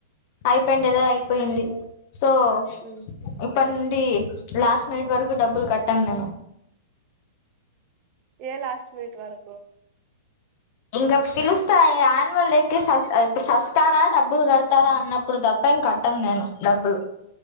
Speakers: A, on the left; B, on the right.
A: అయిపోయిందేదో అయిపోయింది. సో
B: ఉమ్
A: చెప్పండి లాస్ట్ మినిట్ వరకు డబ్బులు కట్టను నేను
B: ఏ లాస్ట్ మినిట్ వరకు
A: ఇంగ పిలుసు స్తా యాన్యువల్ డేకి సస్ ఇప్పుడు సస్తారా డబ్బులు కడతారా అన్నప్పుడు తప్ప ఏం కట్టాను నేను డబ్బులు